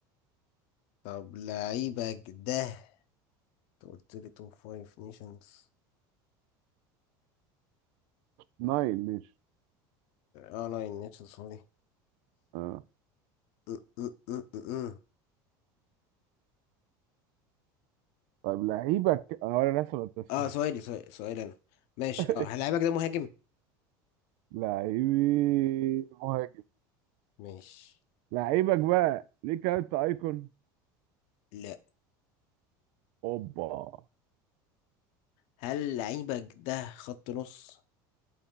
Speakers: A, on the left (about 65°); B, on the right (about 65°).
A: طب لعيبك ده انت قلت لي توب فايف نيشنز
B: ناين ماشي
A: اه ناين نيشنز سوري
B: اه
A: م- م- م- م- م.
B: طيب لعيبك اه انا لسه بتسأل
A: اه سؤالي سؤالي سؤالي انا ماشي
B: <laughs>
A: اه هل لعيبك ده مهاجم؟
B: لعيبي مهاجم
A: ماشي
B: لعيبك بقى ليك انت ايكون
A: لا
B: اوبا
A: هل لعيبك ده خط نص؟